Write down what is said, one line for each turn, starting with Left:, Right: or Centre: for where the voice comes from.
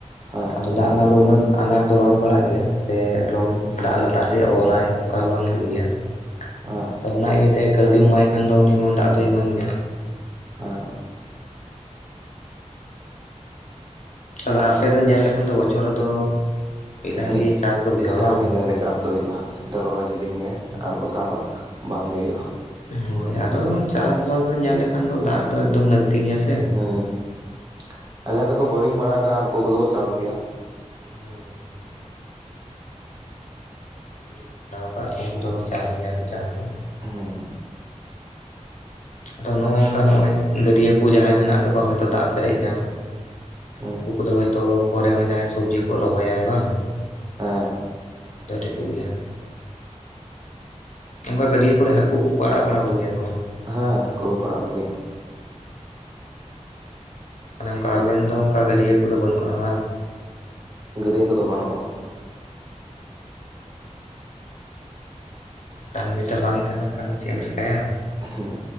Right: ᱦᱚᱸ
Left: ᱟᱫᱚ
Right: ᱾
Left: ᱫᱟᱜ ᱨᱮᱱᱟᱜ ᱫᱚ ᱩᱱᱟᱹᱜ ᱟᱱᱟᱴ ᱫᱚ ᱵᱟᱝ ᱯᱟᱲᱟᱜ ᱜᱮᱭᱟ ᱥᱮ ᱮᱠᱫᱚᱢ ᱫᱟᱜ ᱞᱟᱛᱟᱨ ᱥᱮᱫ ᱚᱨᱟᱭ ᱚᱱᱠᱟ ᱦᱚᱸ ᱵᱟᱝ ᱦᱩᱭᱩᱜ ᱜᱮᱭᱟ, <inaudible>
Right: ᱦᱮᱸ
Left: ᱟᱫᱚ ᱚᱱᱟ ᱤᱭᱟᱹᱛᱮ ᱠᱟᱹᱣᱰᱤᱢ ᱮᱢᱟᱭ ᱠᱷᱟᱱ ᱫᱚ ᱩᱱᱤ ᱦᱚᱸ ᱫᱟᱜ ᱫᱚᱭ ᱮᱢᱟᱢ ᱜᱮᱭᱟ᱾
Right: ᱦᱮᱸ᱾
Left: ᱛᱟᱦᱚᱞᱮ ᱟᱯᱮ ᱫᱚ ᱧᱮᱞ ᱞᱮᱠᱷᱟᱱ ᱫᱚ ᱵᱚᱪᱷᱚᱨ ᱨᱮᱫᱚ ᱫᱷᱟᱣ
Right: ᱢᱤᱫ,
Left: ᱜᱮ ᱪᱟᱥ ᱫᱚ ᱦᱩᱭᱩᱜᱼᱟ
Right: ᱦᱮᱸ
Left: ᱵᱟᱝ
Right: ᱢᱤᱫ ᱫᱷᱟᱣ ᱜᱮ ᱪᱟᱥ ᱫᱚ ᱦᱩᱭᱩᱜᱼᱟ᱾ ᱨᱚᱦᱚᱭ ᱥᱤᱡᱤᱱ ᱜᱮ ᱟᱨ ᱵᱟᱠᱷᱟᱱ ᱫᱚ ᱵᱟᱝᱜᱮ ᱦᱩᱭᱩᱜᱼᱟ ᱾
Left: ᱦᱳᱭ ᱟᱫᱚ ᱪᱟᱥᱵᱟᱥ ᱫᱚ ᱧᱮᱞ ᱞᱮᱠᱷᱟᱱ ᱫᱚ ᱫᱟᱜ ᱫᱚ ᱮᱠᱫᱚᱢ ᱞᱟᱹᱠᱛᱤ ᱜᱮᱭᱟ ᱥᱮ
Right: ᱦᱩᱸ <unintelligible> ᱠᱚ ᱵᱳᱨᱤᱝ ᱵᱟᱲᱟ ᱟᱠᱟᱜᱼᱟ ᱩᱱᱠᱩ ᱠᱚᱫᱚ ᱠᱚ ᱪᱟᱥ ᱜᱮᱭᱟ ᱾
Left: ᱦᱳᱭ ᱦᱳᱭ ᱦᱳᱭ ᱾ ᱠᱩᱧ ᱵᱟᱲᱟ ᱟᱠᱟᱫ ᱠᱚ ᱩᱱᱠᱩ ᱫᱚ ᱪᱟᱥ ᱜᱮᱭᱟ ᱠᱚ ᱪᱟᱥ ᱫᱚ ᱾
Right: ᱦᱩᱸ
Left: ᱟᱫᱚ ᱱᱚᱜ-ᱚ ᱱᱚᱝᱠᱟ ᱱᱚᱜ-ᱚᱭ ᱜᱟᱹᱰᱭᱟᱹ ᱠᱚ ᱡᱟᱦᱟᱸᱭ ᱢᱮᱱᱟᱜ ᱛᱟᱠᱚᱣᱟ ᱦᱚᱭ ᱛᱚ ᱫᱟᱜ ᱯᱮᱨᱮᱡ ᱮᱱᱟ
Right: ᱦᱩᱸ
Left: ᱩᱱᱠᱩ ᱠᱚᱫᱚ ᱦᱚᱭᱛᱳ ᱯᱚᱨᱮ ᱦᱚᱸ ᱡᱟᱦᱟᱸᱭ ᱥᱚᱵᱡᱤ ᱠᱚ ᱨᱚᱦᱚᱭᱟ ᱵᱟᱝ?
Right: ᱦᱮᱸ ᱾
Left: ᱫᱚ ᱴᱷᱤᱠᱚᱜ ᱜᱮᱭᱟ ᱾ ᱚᱱᱠᱟ ᱜᱟᱹᱰᱭᱟᱹ ᱠᱚᱨᱮ ᱦᱟᱹᱠᱩ ᱠᱚᱠᱚ ᱟᱲᱟᱜ ᱵᱟᱲᱟ ᱠᱚᱜᱮᱭᱟ ᱥᱮ ᱵᱟᱝ?
Right: ᱦᱮᱸ ᱦᱟᱹᱠᱩ ᱫᱚᱠᱚ ᱟᱲᱟᱜ ᱠᱚ ᱜᱮᱭᱟ ᱾
Left: ᱢᱟᱱᱮ ᱚᱱᱠᱟ ᱟᱵᱮᱱ ᱫᱚ ᱚᱱᱠᱟ ᱜᱟᱹᱰᱭᱟᱹ ᱠᱚᱫᱚ ᱵᱟᱹᱱᱩᱜᱼᱟ ᱵᱟᱝ?
Right: ᱜᱟᱹᱰᱭᱟᱹ ᱠᱚᱫᱚ ᱵᱟᱹᱱᱩᱜᱼᱟ ᱾
Left: <unintelligible> ᱵᱟᱝ ᱛᱟᱦᱮᱸ ᱞᱮᱱᱠᱷᱟᱱ ᱫᱚ ᱪᱮᱫ ᱮᱢ ᱪᱮᱠᱟᱭᱟ ᱾
Right: ᱦᱩᱸ